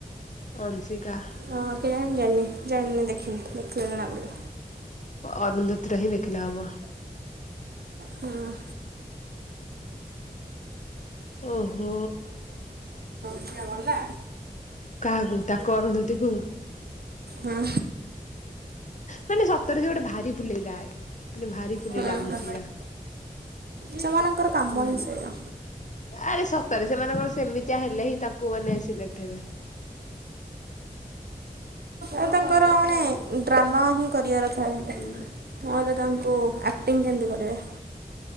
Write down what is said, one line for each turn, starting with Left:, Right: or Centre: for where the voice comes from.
Left: ଅଂଶିକା
Right: ହଁ କେଜାଣି ଜାଣିନି ଜାଣିନି ଦେଖିନି ଦେଖିଲଣପଡ଼
Left: ଅ ଉନ୍ଧତିରହି ଦେଖିଲ ହ
Right: ହୁଁ
Left: ଓହୋ
Right: ଗଲଲା
Left: କାହାକୁ ତାକୁ କରନ୍ତକୁ
Right: ହୁଁ
Left: ମାନେ ସତରେ ସେ ଗୋଟେ ଭାରି ଫୁଲେଇଟା ମାନେ ଭାରି ଫୁଲେଇ
Right: ହୁଁ
Left: ଲାଗୁଛି ପୁରା
Right: ସେମାନଙ୍କର କାମ
Left: ହୁଁ
Right: ହିଁ ସେଇଆ।
Left: ଆରେ ରେ ସେମାନେଙ୍କଣ ସେମିତିଆ ହେଲେ ହିଁ ତାଙ୍କୁ ମାନେ ସିଲେକ୍ଟ ହେବେ
Right: ଆଉ ତାଙ୍କର ମାନେ ଡ୍ରାମା ହିଁ କରିବାର ଥିଲା। ଥାଏ
Left: ହୁଁ
Right: ମୋର ତାଙ୍କୁ ଆକ୍ଟିଂ କେମିତି କରିବେ